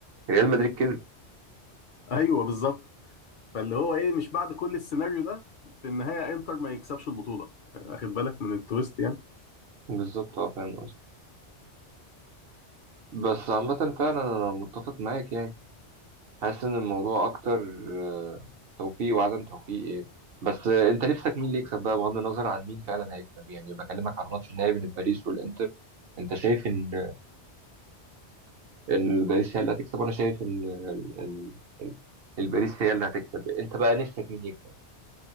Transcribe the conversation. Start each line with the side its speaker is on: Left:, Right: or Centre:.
Right: ريال مدريد كسب
Left: ايوه بالظبط فاللي هو ايه مش بعد كل السيناريو ده في النهايه انتر ما يكسبش البطوله واخد بالك من التويست يعني
Right: بالظبط اه فاهم قصدي بس عامه فعلا انا متفق معاك يعني حاسس ان الموضوع اكتر آه، توفيق وعدم توفيق ايه بس آه، انت نفسك مين اللي يكسب بقى بغض النظر عن مين فعلا هيكسب يعني بكلمك على الماتش النهائي بين باريس والانتر انت شايف ان ان باريس هي اللي هتكسب وانا شايف ان ال- ال- ال- الباريس هي اللي هتكسب انت بقى نفسك مين يكسب